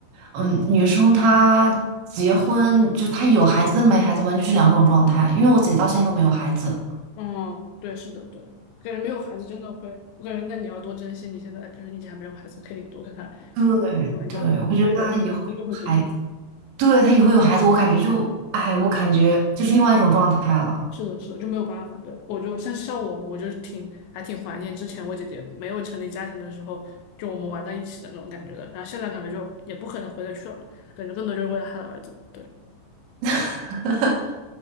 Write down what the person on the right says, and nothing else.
嗯，女生她结婚就她有孩子跟没孩子完全是两种状态，因为我姐到现在都没有孩子，
对对，
我觉得她以后。
还。对，他以后有孩子，我感觉就，哎，我感觉就是另外一种状态了。
<laughs>